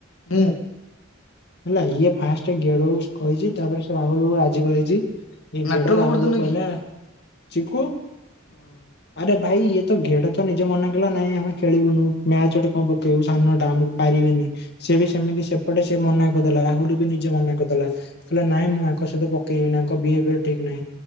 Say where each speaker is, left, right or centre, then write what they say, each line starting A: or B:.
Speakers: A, on the left (about 90°); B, on the left (about 55°).
A: ହଁ।
B: ହେଲା ଇଏ ଫାଷ୍ଟ ଗେଡ କହିଛି ତାପରେ ସେ ରାହୁଲକୁ ରାଜି କରିଛି। ଏ
A: ନାଟର
B: ଘେଡ
A: ଗୋବର୍ଦ୍ଧନ
B: ରାହୁଲ କହିଲେ
A: କି?
B: ଚିକୁୁ <unintelligible>
A: ହଁ
B: ଆରେ ଭାଇ ଇଏ ତ ଘେଡ ତ ନିଜ ମନା କଲା ନାଇଁ ଆମେ ଖେଳିବୁନୁ, ମ୍ୟାଚ ଗୋଟେ କଣ ପକେଇବୁ ସାନଟା ଆମକୁ ପାଇ ସେ ବି ସେମିତି ସେପଟେ ସେ ମନା କରିଦେଲା ରାହୁଲ ବି ନିଜେ ମନା କରିଦେଲା କହିଲ ନାଇଁ ମୁଁ ଆ ପକେଇବ ଠିକହିଁ